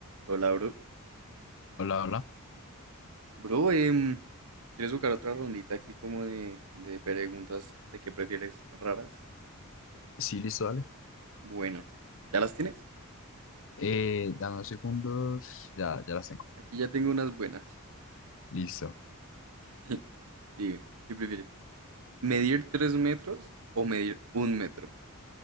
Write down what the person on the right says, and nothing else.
Hola, bro.
Bro, em, ¿quieres jugar otra rondita aquí como de, de preguntas de qué prefieres raras?
Bueno, ¿ya las tienes?
Aquí ya tengo unas buenas.
<laughs> Dime, ¿qué prefieres? ¿Medir tres metros o medir un metro?